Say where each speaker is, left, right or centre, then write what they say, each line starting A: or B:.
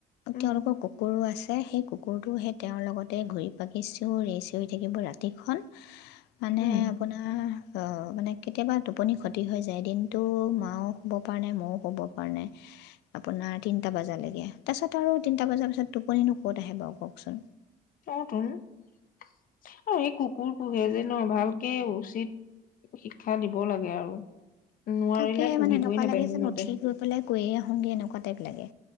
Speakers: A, on the left (about 55°); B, on the left (about 85°).
A: উম
B: তেওঁলোকৰ কুকুৰো আছে সেই কুকুৰটো সেই তেওঁৰ লগতে ঘূৰি পাকি চিঞৰি-চিঞৰি থাকিব ৰাতিখন। মানে
A: উম
B: আপোনাৰ অ', মানে কেতিয়াবা টোপনি ক্ষতি হয় যায়। যে দিনটো মাও শুব পৰা নাই, মইও শুব পৰা নাই, আপোনাৰ তিনটা বজালৈকে। তাৰপিছত আৰু তিনটা বজাৰ পিছত টোপনিনো ক'ত আহে বাৰু কওকচোন?
A: অতুন আৰু সেই কুকুৰ পোহে যে ন ভালকে উচিত শিক্ষা দিব লাগে আৰু। নোৱাৰিলে
B: তাকে
A: পুহিবই
B: মানে এনেকুৱা
A: নাপায়
B: লাগে
A: মোৰ
B: যেন
A: মতে
B: উঠি গৈ পেলাই কৈয়ে আহোগে, এনেকুৱা টাইপ লাগে।